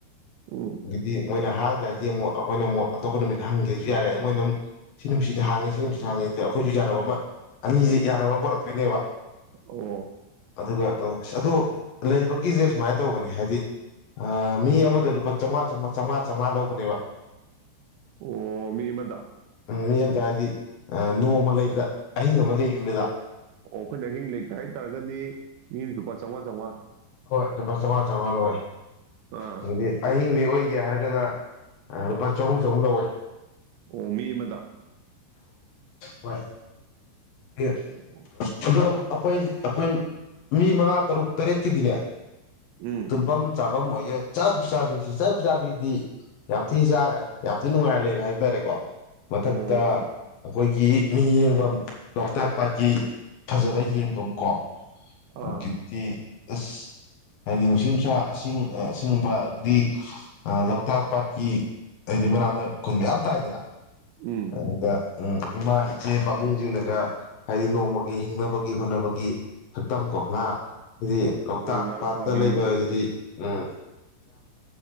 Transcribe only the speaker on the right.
ꯎꯝ
ꯑꯣ
ꯑꯣ ꯃꯤ ꯃꯗꯥ
ꯑꯣ ꯑꯩꯈꯣꯏꯅ ꯑꯍꯤꯡ ꯂꯩꯇꯦ ꯍꯥꯏꯇꯥꯥꯔꯒꯗꯤ ꯃꯤ ꯂꯨꯄꯥ ꯆꯥꯝꯃꯉꯥ ꯆꯥꯝꯃꯉꯥ
ꯑꯥ
ꯑꯣ ꯃꯤ ꯑꯃꯗ
ꯑꯣ,
ꯎꯝ
ꯑꯣ
ꯑꯥ
ꯎꯝ
ꯃꯣꯏ ꯉꯥ
ꯐꯥꯕꯤ